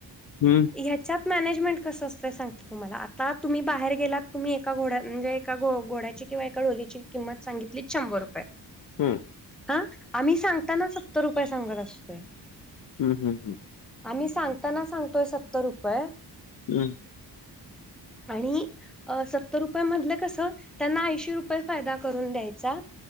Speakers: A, on the left (about 50°); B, in the centre.
A: हम्म
B: ह्या -- त्यात मॅनेजमेट कसं असतं सांगते तुम्हाला, आता तुम्ही बाहेर गेलात तुम्ही एका घोड्या म्हणजे एका घो घोड्याची -- किंवा एका डोलीची किंमत संगीतली शंभर रुपये.
A: हम्.
B: हा आम्ही सांगताना सत्तर रुपये सांगत असतोय.
A: हं, हं, हंम.
B: आम्ही सांगताना सांगतोय सत्तर रुपये.
A: हम्.
B: आणि अ सत्तर रुपये मधलं कसं त्यांना ऐंशी रुपये फायदा करून द्यायचा.